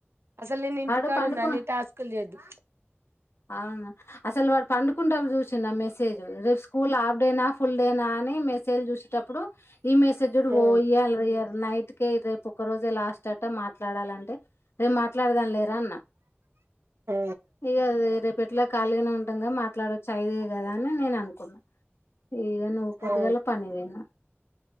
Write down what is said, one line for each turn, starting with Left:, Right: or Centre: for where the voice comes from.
Right: అసలు నేను ఇంటి
Left: వాడు
Right: కాడున్నాని
Left: పండుకో
Right: టాస్క్లు చేద్దు
Left: అవునా అసలు వాడు పండుకుంటాం చూసిిన మెసేజ్ రేపు స్కూల్ ఆఫ్ డైనాఫ్ ఫుల్ డేనా అని మెసేజ్ చూసేటప్పుడు ఈ మెసేజ్ కూడా పో
Right: ఆ
Left: ఇయ్యాలియ్య నైట్ ఓకే రేపు ఒక రోజే లాస్ట్ అట్ట మాట్లాడాలంటే రే మాట్లాడదాని లేరా అన్న
Right: ఆ
Left: ఇగా పెట్లా కాలీగా ఉంటాము కదా మాట్లాడ చాయిది కదా ని నేను అనుకున్నా ఇగ నువ్వు పొద్దిగాల
Right: ఆ
Left: పనికిపోయినా